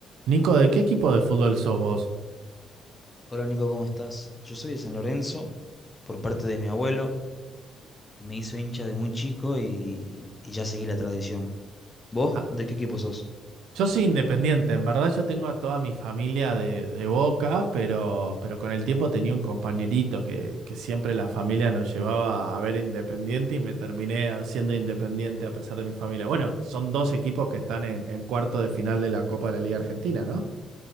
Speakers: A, on the right (about 80°); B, on the left (about 20°).
A: Nico, ¿de qué equipo de fútbol sos vos?
B: Hola Nico, ¿cómo estás? Yo soy de San Lorenzo, por parte de mi abuelo, que me hizo hincha de muy chico y, y ya seguí la tradición. ¿Vos?
A: Ah,
B: ¿De qué equipo sos?
A: yo soy independiente, en verdad yo tengo a toda mi familia de, de Boca, pero, pero con el tiempo tenía un compañerito que, que siempre la familia nos llevaba a ver Independiente y me terminé siendo independiente a pesar de mi familia. Bueno, son dos equipos que están en, en cuarto de final de la Copa de la Liga Argentina, ¿no?